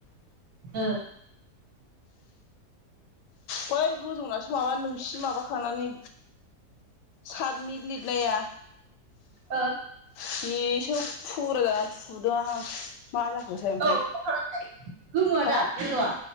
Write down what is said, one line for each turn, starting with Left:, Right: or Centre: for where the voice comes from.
Right: उम।
Left: बै गोजौनासो माबा नोंसि माबाखानानै सातमिनित लिरनाया
Right: ओ।
Left: बेसे फुर गान सुदों आंहा मा जाखोसै ओमफ्राय
Right: औ बेखौ खालामजायो गोमोआ
Left: होा
Right: दा येल्ल'आ